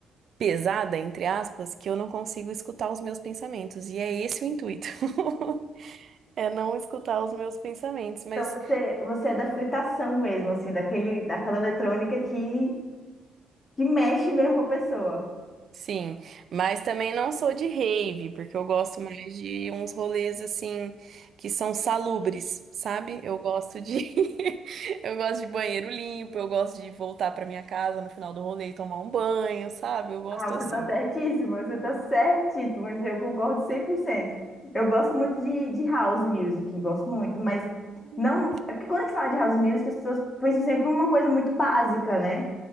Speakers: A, on the right; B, on the left.
A: pesada, entre aspas, que eu não consigo escutar os meus pensamentos. E é esse o intuito. <laughs> É não escutar os meus pensamentos, mas
B: Então você você é da fritação mesmo, assim, daquele daquela eletrônica que que mexe mesmo com a pessoa.
A: sim, mas também não sou de rave, porque eu gosto mais de uns rolês assim que são salubres, sabe? Eu gosto de <laughs> eu gosto de banheiro limpo, eu gosto de voltar pra minha casa no final do rolê e tomar um banho, sabe? Eu gosto
B: Ah, você
A: assim.
B: está certíssima, você tá certíssima, mas eu concordo 100%. Eu gosto muito de, de house music, gosto muito, mas
A: Hum,
B: não, é porque quando a gente fala de house music, as pessoas pensam sempre uma coisa muito básica, né?